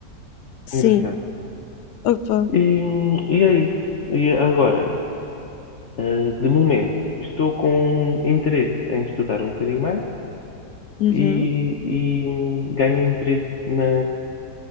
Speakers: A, on the left; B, on the left.
A: Sim.
B: Engraçado.
A: Opa.
B: E, e é isso. E agora, ah, de momento, estou com interesse em estudar um bocadinho mais
A: Uhum.
B: e, e ganhei interesse na,